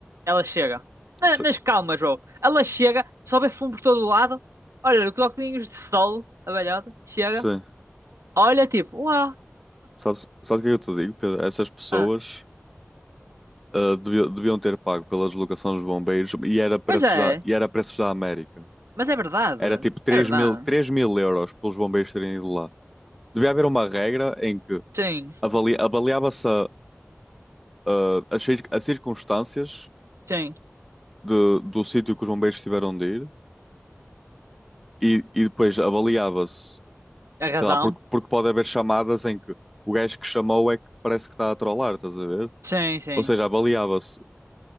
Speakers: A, on the right; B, in the centre.
A: ela chega. Na-
B: S-
A: nas calmas, bro. Ela chega, sobe fumo por todo o lado, olha, os óculos de sol, a velhota, chega,
B: Sim.
A: olha, tipo, uau,
B: Sabes, sabes o que é que eu te digo, Pedro? Essas pessoas
A: ah,
B: ah, deviam, deviam ter pago pela deslocação dos bombeiros e era preços
A: pois é,
B: da, e era preços da América.
A: mas é verdade,
B: Era tipo três
A: é verdade.
B: mil, três mil euros pelos bombeiros terem ido lá. Devia haver uma regra em que
A: Sim,
B: avali- avaliava-se a- a- as, cir- as circunstâncias
A: sim,
B: de- do sítio que os bombeiros tiveram de ir e, e depois avaliava-se,
A: é razão,
B: sei lá, porque, porque pode haver chamadas em que o gajo que chamou é que parece que está a trollar, estás a ver?
A: sim, sim,
B: Ou seja, avaliava-se